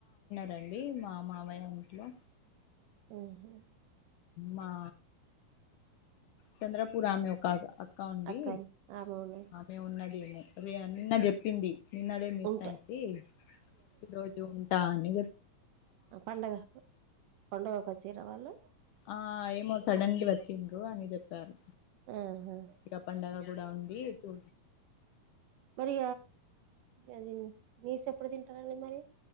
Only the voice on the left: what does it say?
రండి మా మావయ్య ఇంట్లో
మా చంద్రపురా యామినిక్కలిది క్కండి
ఆ మేము ఉన్నదేమో రే నిన్న చెప్పింది నిన్న అదే మిస్
అయింది ఈ రోజు ఉంటా ని
ఆ ఏమో సడన్లీ వచ్చిండ్ర అని చెప్పారు
ఇక పండగ కూడా ఉంది చూ